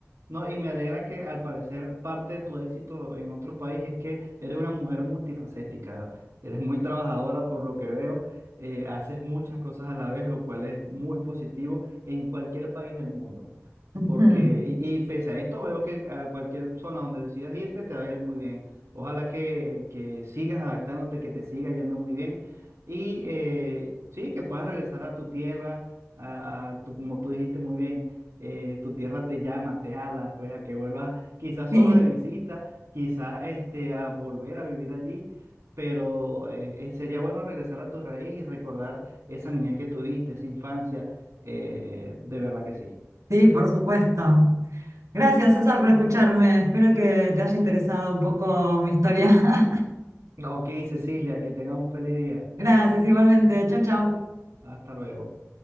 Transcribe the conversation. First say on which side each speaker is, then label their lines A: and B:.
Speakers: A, on the right; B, on the right.
A: No, y me alegra que al parecer parte de tu éxito en otro país es que eres una mujer multifacética, eres muy trabajadora por lo que veo, eh, haces muchas cosas a la vez, lo cual es muy positivo en cualquier país del mundo.
B: Ujú.
A: Porque,
B: <laughs>
A: y, y pese a esto, veo que a cualquier zona donde decidas irte te va a ir muy bien. Ojalá que, que sigas adaptándote, que te siga yendo muy bien. Y eh, sí, que puedas regresar a tu tierra, a, a tu, como tú dijiste muy bien, eh, tu tierra te llama, te ala, pues a que vuelvas, quizás
B: Sí,
A: solo de visita, quizás este, a volver a vivir allí. Pero eh, eh, sería bueno regresar a tu raíz y recordar esa niñez que tuviste, esa infancia. eh, eh, de verdad que sí.
B: sí, por supuesto. Gracias, César, por escucharme. Espero que te haya interesado un poco mi historia. <laughs>
A: No, ok, Cecilia, que tengas un feliz día.
B: Gracias, igualmente. Chao, chao.
A: Hasta luego.